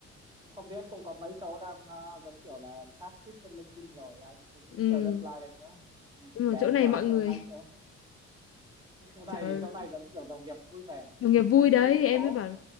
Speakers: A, on the right (about 15°); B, on the left (about 50°).
A: cũng không biết cũng có mấy chỗ đang ờ, giống kiểu là chat chít trên LinkedIn rồi anh cũng
B: ừ
A: chờ reply lên nữa
B: nhưng
A: để
B: mà
A: anh
B: chỗ này
A: chờ
B: mọi người
A: xem anh sẽ cái chỗ này
B: trời ơi,
A: chỗ này giống kiểu đồng nghiệp vui vẻ
B: đồng nghiệp vui
A: đúng
B: đấy
A: mấy cái
B: em
A: chỗ
B: mới bảo